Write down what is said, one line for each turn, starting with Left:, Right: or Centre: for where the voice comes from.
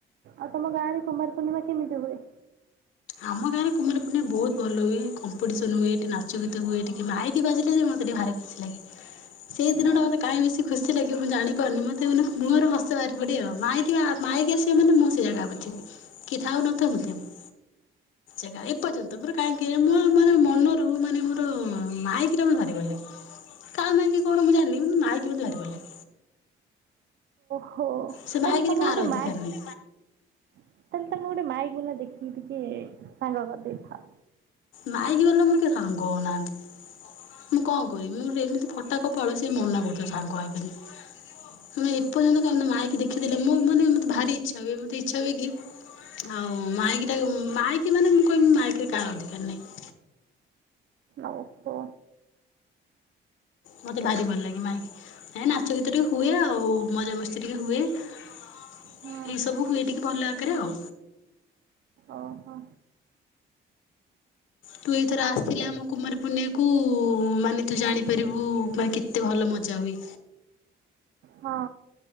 Right: ଆଉ ତମ ଗାଁ ରେ କୁମାର ପୂର୍ଣ୍ଣିମା କେମିତି ହୁଏ?
Left: ଆମ ଗାଁରେ କୁମାରପୂର୍ଣି୍ମା ବହୁତ ଭଲ ହୁଏ କମ୍ପିଟିସନ୍ ହୁଏ ଏଠି ନାଚ ଗୀତ ହୁଏ ଟିକ କି ମାଇକି ବାଜିଲେ ଯେ ମୋତ ଟିକେ ଭାରି ଖୁସି ଲଗେ। ସେଇ
Right: ଓହୋ
Left: ଦିନଟା ମତେ କାହିଁ ବେଶସି ଖୁସି ଲାଗିବ ମୁଁ ଜାଣି ପାରୁନି ମତେ ମାନେ ମୁଁର ହସ ବାହାରି ପଡିିବ ଆଉ। ମାଇ ମାଇକି ଆସିବ ମାନେ ମୁଁ ସେ ଜାଗା ଉପରେ ଥିବି କିଏ ଥାଉ ନଥାଉ ମୁଁ ଥିବି। ଏ ପର୍ଯ୍ୟନ୍ତ ମୋର କହିଁ ମୋ ମାନେ ମନରୁ ମାନେ ମୋର ମାଇକିଟା ମତେ ଭାରି ଭଲ ଲଗେ। କା ମାଇକି କଣ ମୁଁ ଜାଣିନି ମୁଁ ମାଇକି ମତେ ଭାରି ଭଲ ଲଗେ।
Right: ହ
Left: ସେ
Right: ତାହେଲେ
Left: ମାଇକିରେ
Right: ତମେ
Left: କାହାର
Right: ଗୋଟେ
Left: ଅଧିକାର
Right: ମା
Left: ନାହିଁ
Right: ତାହେଲେ ତମେ ଗୋଟେ ମାଇକ ବଲା ଦେଖିକି ଟିକେ ସାଙ୍ଗ କରିଦେଇଥାଅ।
Left: ମାଇକି ବାଲା ମୋର କିଏ ସାଙ୍ଗହୋଉନାହାନ୍ତି। ମୁଁ କଣ କରିବି ମୁ ଗୋଟେ ଏମିତି ଫଟାକଫଳ ସେ ମନା କରୁଥ ସାଙ୍ଗ ହେବିନି। ମାନେ ଏପର୍ଯ୍ୟନ୍ତ କ ମାକି ଦେଖିେଲେ ମାନେ ମୋତେ ଭାରି ଇଛା ହୁଏ ମତେ ଇଚଛା ହୁଏ କି ଆଉ ମାଇକି ଟା ମାଇକି ମାନେ ମୁଁ କହିବି ମାଇକୀରେ କାହାର ଅଧିକାର ନାହିଁ।
Right: ଓହୋ।
Left: ମତେ ଭାରି ଭଲ ଲାଗେ ମାଇକି। ଏ ନାଚ ଗୀତ ଟିକେ ହୁଏ ଆଉ ମଜା ମସ୍ତି ଟିକେ ହୁଏ। ଏଇ
Right: ହଁ
Left: ସବୁ ହୁଏ ଟିକେ ଭଲ ଆକାରରେ ଆଉ।
Right: ଓହୋ।
Left: ତୁ ଏଇଥର ଆସିଲେ ଆମ କୁମାର ପୁଣ୍ଣିଆକୁ ମାନେ ତୁ ଜାଣିପାରିବୁ ମାନେ କେତେ ଭଲ ମଜା ହୁଏ।
Right: ହଁ।